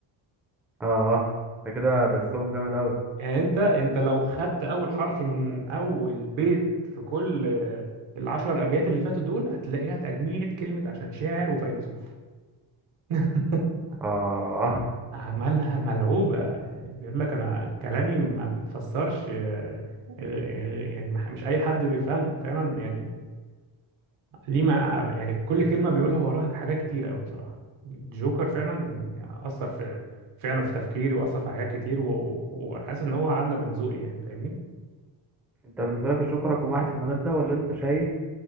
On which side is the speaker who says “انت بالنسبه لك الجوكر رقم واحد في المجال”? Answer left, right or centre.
Centre